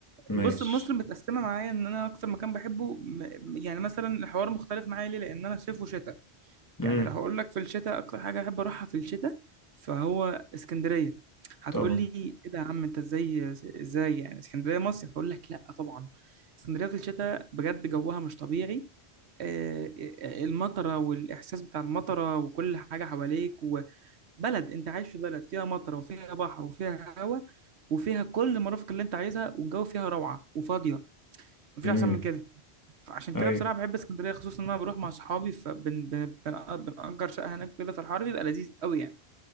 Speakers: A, on the left; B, on the right.
A: ماشي
B: بص مصر متقسمه معايا ان انا اكتر مكان بحبه م- يعني مثلا الحوار مختلف معايا ليه لان انا صيف وشتاء يعني
A: امم
B: لو هقول لك في الشتاء اكتر حاجه احب اروحها في الشتاء فهو اسكندريه هتقول
A: طبعا
B: لي ايه ده يا عم انت ازاي ازاي يعني اسكندريه مصيف هقول لك لا طبعا اسكندريه في الشتاء بجد جوها مش طبيعي آه، المطره والاحساس بتاع المطره وكل حاجه حواليك بلد انت عايش في بلد فيها مطر وفيها بحر وفيها هواء وفيها كل المرافق اللي انت عايزها والجو فيها روعة وفاضية مفيش
A: امم
B: احسن من كده فعشان
A: أي
B: كده بصراحة بحب اسكندرية خصوصا ان انا بروح مع اصحابي فبنأجر شقة هناك كده في الحر بيبقى لذيذ قوي يعني